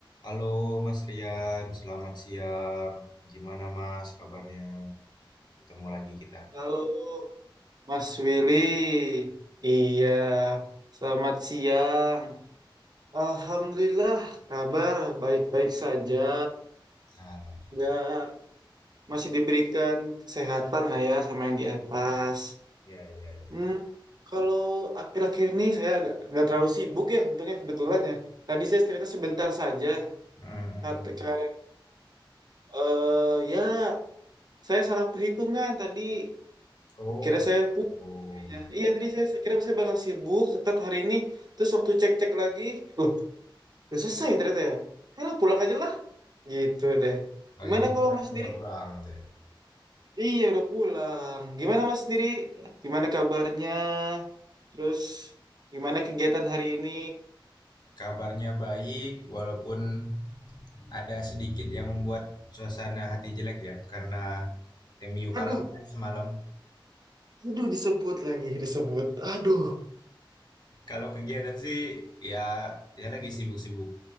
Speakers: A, on the left (about 55°); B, on the right (about 50°).
A: Halo Mas Rian, selamat siang. Gimana Mas kabarnya? Ketemu lagi kita.
B: Halo, Mas Willy. Iya, selamat siang. Alhamdulillah, kabar baik-baik saja.
A: Alhamdulillah.
B: Nggak, masih diberikan kesehatan lah ya sama yang di atas.
A: Ya, ya, ya.
B: Hmm, kalau akhir-akhir ini saya agak- nggak terlalu sibuk ya, untungnya kebetulan ya. Tadi saya ternyata sebentar saja.
A: Hmm.
B: Kat- Karena, eh, ya, saya salah perhitungan tadi.
A: Oh,
B: Akhirnya saya pusing.
A: gitu.
B: Iya, iya, tadi saya, saya kira saya bakal sibuk tetap hari ini. Terus waktu cek-cek lagi, loh, udah selesai ya ternyata ya. Ya lah, pulang aja lah. Gitu deh.
A: Oh,
B: Gimana
A: jadi sekarang
B: kalau Mas sendiri?
A: udah pulang gitu ya.
B: Iya, udah pulang. Gimana Mas sendiri? Gimana kabarnya? Terus gimana kegiatan hari ini?
A: Kabarnya baik, walaupun ada sedikit yang membuat suasana hati jelek ya, karena MU
B: Aduh,
A: kalah kan semalam.
B: aduh disebut lagi, disebut. Aduh.
A: Kalau kegiatan sih, ya, ya lagi sibuk-sibuk